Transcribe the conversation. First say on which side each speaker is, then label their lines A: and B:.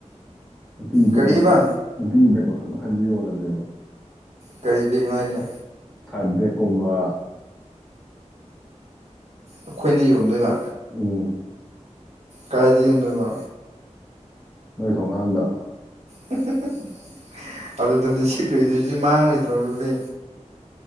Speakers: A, in the centre; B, on the right.
A: ꯅꯨꯄꯤꯒꯤ ꯕꯦꯛ
B: ꯀꯔꯤꯕ
A: ꯃꯈꯜ-ꯃꯈꯜ ꯅꯨꯄꯤꯒꯤ ꯕꯦꯛ ꯃꯈꯜ ꯃꯈꯜ ꯑꯗꯨ ꯌꯣꯜꯂꯖꯦꯕ꯫
B: ꯀꯔꯤ ꯕꯦꯛꯅꯣ ꯍꯥꯏꯁꯦ꯫
A: ꯁꯥꯏꯠ ꯕꯦꯛ ꯀꯨꯝꯕꯥ
B: ꯑꯩꯈꯣꯏꯅ ꯌꯣꯟꯗꯣꯏꯕ꯫
A: ꯎꯝ
B: ꯀꯥꯏꯗ ꯌꯣꯟꯗꯣꯏꯕ꯫
A: ꯅꯣꯏ ꯊꯣꯡꯒꯥꯟꯗ꯫
B: <unintelligible> ꯑꯗꯨꯗꯅꯦ ꯁꯤꯠꯂꯨꯏꯗꯣꯏꯁ ꯃꯥꯡꯉꯣꯏꯗ꯭ꯔꯣ ꯗꯨꯗꯤ꯫